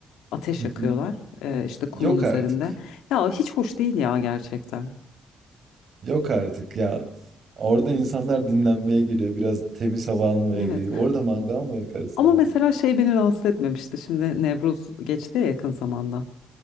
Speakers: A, on the left; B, on the right.
A: ateş
B: hı.
A: yakıyorlar Ee, işte kumun
B: Yok
A: üzerinde.
B: artık.
A: Ya hiç hoş değil ya gerçekten.
B: Yok artık ya. Orada insanlar dinlenmeye geliyor. Biraz temiz hava almaya
A: Evet
B: geliyor. Orada mangal mı yakarsın
A: ama
B: abi?
A: mesela şey beni rahatsız etmemişti şimdi Nevruz geçti ya yakın zamanda.